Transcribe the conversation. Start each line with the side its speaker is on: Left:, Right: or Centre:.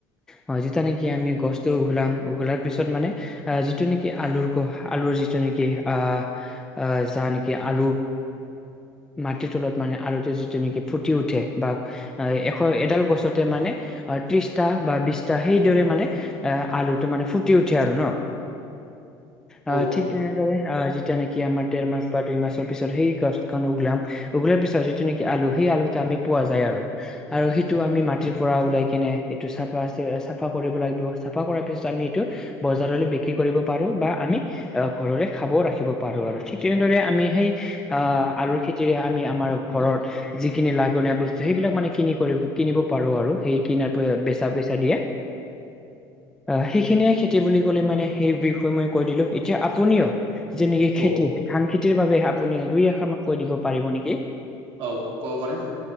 Centre: হয়, যিটো নেকি আমি গছতটো উঘলাম, উঘলাৰ পিছত মানে যিটো নেকি আলুৰ ক আলুৰ যিটো নেকি আহ যা নেকি, আলু মাটিৰ তলত মানে আলুটো যিটো নেকি ফুটি উঠে বা এশ এডাল গছতে মানে- ত্ৰিশটা বা বিশটা, সেইদৰে মানে এ, আলুটো মানে ফুটি উঠে আৰু ন।
Right: <inaudible>
Centre: অ,
Right: ঔ তে
Centre: ঠিক তেনেদৰে, যেতিয়া নেকি কি আমাৰ দেৰ মাস বা দুই মাসৰ পিছত সেই গছখন উঘলাম, উঘলাৰ পিছত যিটো নেকি আলু, সেই আলুটো আমি পোৱা যায় আৰু। আৰু সেইটো আমি মাটিৰ পৰা ওলাই কেনে এইটো চাফা-চাফা কৰিব লাগিব, চাফা কৰাৰ পিছত আমি এইটো বজাৰলৈ বিক্ৰী কৰিব পাৰো বা আমি ঘৰলৈ খাবও ৰাখিব পাৰো আৰু ঠিক তেনেদৰে, আমি সেই আহ, আলুৰ খেতিৰে আমি আমাৰ ঘৰত যিখিনি লাঘনীয়া বস্তু, সেইবিলাক মানে কিনি-কিনিব পাৰো আৰু সেই কিনাৰ প বেচা পইচা দিয়ে। অ, সেইখিনিয়ে খেতি বুলি ক'লে মানে সেই বিষয়ে মই কৈ দিলো, এতিয়া আপুনিও যেনেকে খেতি
Right: ঔ
Centre: ধান খেতিৰ বাবে আপুনি দুই-এশাৰ মান কৈ দিব পাৰিব নেকি?
Right: অ, ক'ব পাৰিম।